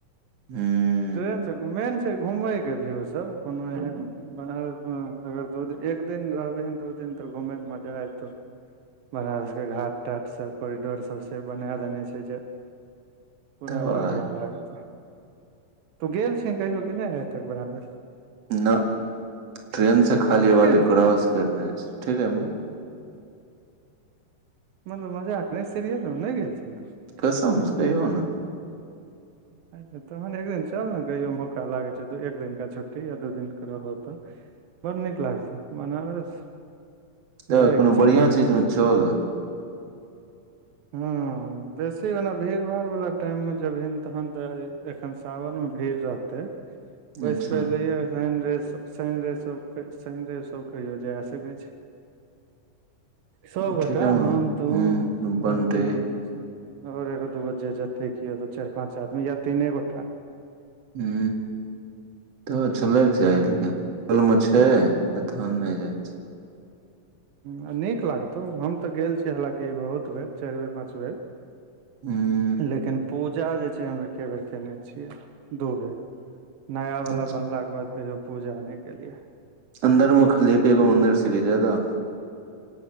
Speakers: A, on the right (about 50°); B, on the right (about 85°).
A: हँ
B: ट्रेन सब मेन छै घुमय के व्यू सब कोनो एहन बनारस मे अगर दू दिन एक दिन रहली ह दू दिन तऽ घूमे मे मजा एतौ बनारस के घाट टाट सब कोरिडोर सबसँ बना देने छै जे पूरा
A: तऽ
B: बढ़िआँ लागतौ गेल छी कहियो कि नहि आइ तक बनबस
A: न ट्रेन से खाली
B: ठीके
A: वाटी
B: ने
A: क्रॉस करने छै ठीक है
B: मतलब मजाक नहि सीरियल नहि गेल छै
A: कसम से कहियो नहि
B: अच्छा तहन एक दिन चल ने कहियो मौका लागैत छै एक दिनका छुट्टी या दू दिनके रहो तऽ बड़ नीक लागतो बनारस
A: तऽ
B: जायके
A: कोनो
B: चाही
A: बढ़ियां चीज मे चल न
B: हुँ बेसी ओना भीड़ भाड़ वाला टाइम मे जेबिन तहन त एखन सावन में भीड़ रहते वैसे
A: अच्छा
B: पहिने <unintelligible> चलने शनि रवि सब शनि रवि सब कहियो जाय सकैत छै सब गोटे
A: ठीके ह
B: हम तू
A: बनतै
B: बंटी आओर एगो दूगो जे जते कओ चारि पाँच आदमी या तीने गोटा
A: हू तऽ चलैके छै अ लेक बगल मे छै आ तहन नहि जाइ छै
B: ह नीक लागतौ हम तऽ गेल छी हालाँकि बहुत बेर चारि बेर पाँच बेर
A: हुँ
B: लेकिन पूजा जे छै हम एके बेर कयने छियै दू बेर नया वाला
A: ह
B: बनलााक के बाद कयो पूजा नहि क लिए
A: अन्दरमे खलि के एगो मन्दिर से <unintelligible> घिजादा